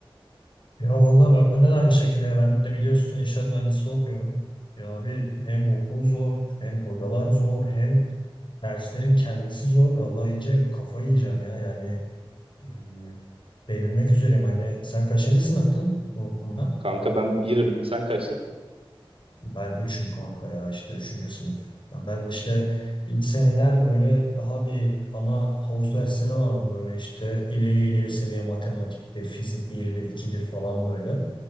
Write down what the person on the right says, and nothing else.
Kanka ben birim. Sen kaçsın?